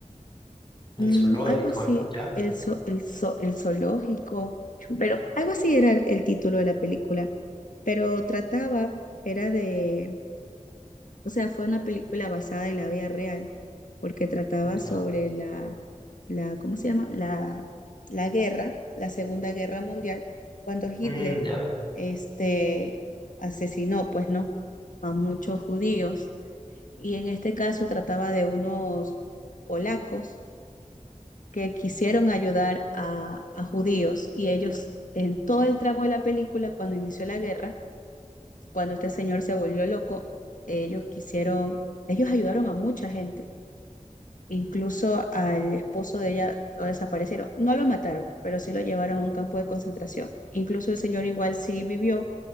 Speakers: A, on the left; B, on the left.
A: El
B: Mm,
A: zoológico,
B: algo así,
A: ya,
B: el, zo- el, zo- el zoológico. Pero algo así era el, el título de la película. Pero trataba, era de, o sea, fue una película basada en la vida real. porque trataba sobre
A: ya.
B: la, la ¿cómo se llama? La, la guerra, la Segunda Guerra Mundial, cuando Hitler
A: Mm, ya,
B: este, asesinó, pues no, a muchos judíos. Y en este caso trataba de unos polacos que quisieron ayudar a, a judíos y ellos en todo el tramo de la película, cuando inició la guerra, cuando este señor se volvió loco, ellos quisieron, ellos ayudaron a mucha gente Incluso al esposo de ella lo desaparecieron. No lo mataron, pero sí lo llevaron a un campo de concentración. Incluso el señor igual sí vivió,